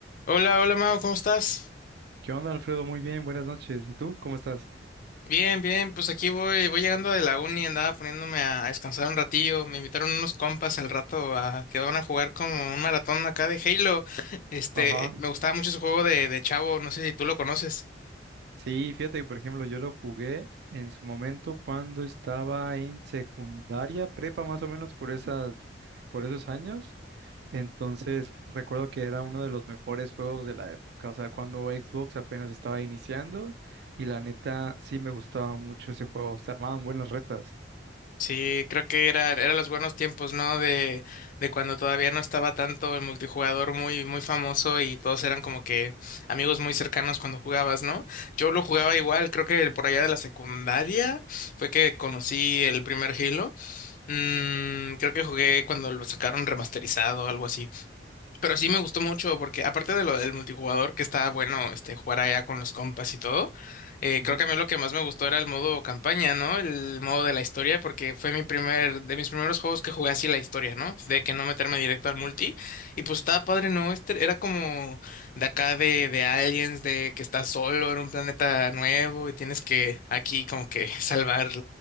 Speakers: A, on the left; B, on the right.
A: Hola, hola Mau, ¿cómo estás?
B: ¿Qué onda, Alfredo? Muy bien, buenas noches. ¿Y tú? ¿Cómo estás?
A: Bien, bien, pues aquí voy, voy llegando de la uni, andaba poniéndome a, a descansar un ratillo, me invitaron unos compas al rato a que van a jugar como un maratón acá de Halo. <laughs> Este,
B: Ajá.
A: me gustaba mucho ese juego de, de Chavo, no sé si tú lo conoces.
B: Sí, fíjate que, por ejemplo, yo lo jugué en su momento cuando estaba en secundaria, prepa más o menos por esas, por esos años. Entonces, f- recuerdo que era uno de los mejores juegos de la época, o sea, cuando Xbox apenas estaba iniciando y la neta sí me gustaba mucho ese juego, se armaban buenas retas.
A: Sí, creo que era, eran los buenos tiempos, ¿no? De, de cuando todavía no estaba tanto el multijugador muy, muy famoso y todos eran como que amigos muy cercanos cuando jugabas, ¿no? Yo lo jugaba igual, creo que por allá de la secundaria fue que conocí el primer Halo. Mm, creo que jugué cuando lo sacaron remasterizado o algo así. Pero sí me gustó mucho porque aparte de lo del multijugador, que está bueno este jugar allá con los compas y todo, eh,
B: Ujú.
A: creo que a mí lo que más me gustó era el modo campaña, ¿no? El modo de la historia, porque fue mi primer, de mis primeros juegos que jugué así la historia, ¿no? De que no meterme directo al multi. Y pues estaba padre, ¿no? Este era como de acá de, de Aliens, de que estás solo en un planeta nuevo y tienes que aquí como que <laughs> salvar